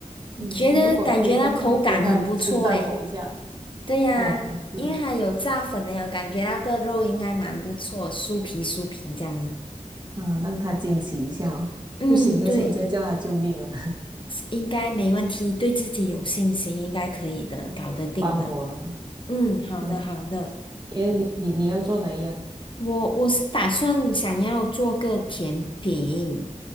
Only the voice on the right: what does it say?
嗯，
如果可以的话，等他称赞我一下，
哦，是
啊，让他惊喜一下哦，
不行的时候再叫他救命了。
<laughs> OK，
帮我。
嗯，耶，你你你要做哪一样？